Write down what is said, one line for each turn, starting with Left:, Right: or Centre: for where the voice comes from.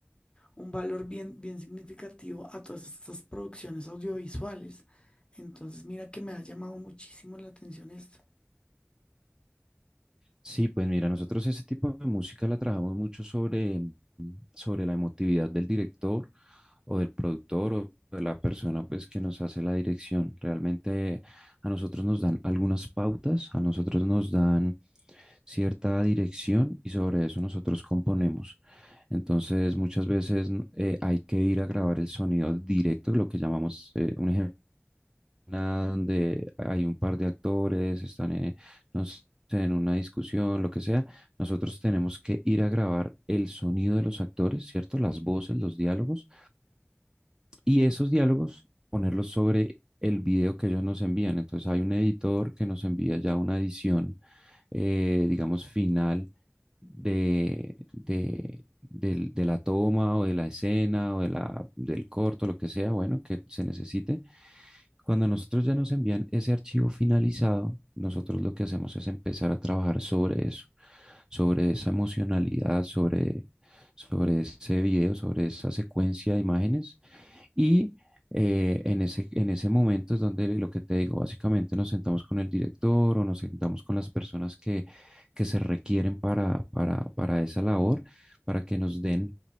Left: un valor bien, bien significativo a todas estas producciones audiovisuales. Entonces, mira que me ha llamado muchísimo la atención esto.
Right: Sí, pues mira, nosotros ese tipo de música la trabajamos mucho sobre, mm, sobre la emotividad del director o del productor o de la persona pues que nos hace la dirección. Realmente a nosotros nos dan algunas pautas, a nosotros nos dan cierta dirección y sobre eso nosotros componemos. Entonces muchas veces n- eh, hay que ir a grabar el sonido directo, lo que llamamos eh, un ejemplo una donde hay un par de actores, están en, no sé, en una discusión, lo que sea, nosotros tenemos que ir a grabar el sonido de los actores, ¿cierto? Las voces, los diálogos, y esos diálogos ponerlos sobre el video que ellos nos envían. Entonces hay un editor que nos envía ya una edición, eh, digamos, final de, de, del- de la toma o de la escena o de la, del corto, lo que sea, bueno, que se necesite. Cuando nosotros ya nos envían ese archivo finalizado, nosotros lo que hacemos es empezar a trabajar sobre eso, sobre esa emocionalidad, sobre, sobre ese video, sobre esa secuencia de imágenes. Y eh, en ese, en ese momento es donde lo que te digo, básicamente nos sentamos con el director o nos sentamos con las personas que, que se requieren para, para, para esa labor, para que nos den